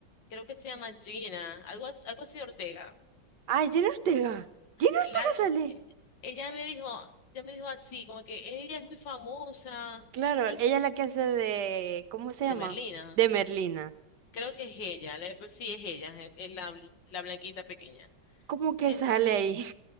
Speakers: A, on the left; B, on the right.
A: Creo que se llama Gina, algo, algo así Ortega.
B: Ah, Jenna Ortega. Jenna
A: Largo.
B: Ortega sale.
A: Eh, Ella me dijo, ella me dijo así, como que ella es muy famosa,
B: Claro,
A: ella-
B: ella es la que hace de, ¿cómo se
A: de
B: llama?
A: Merlina.
B: De Merlina.
A: Creo que es ella, la- sí es ella, es- es la, la blanquita pequeña.
B: ¿Cómo que
A: Es,
B: sale ahí?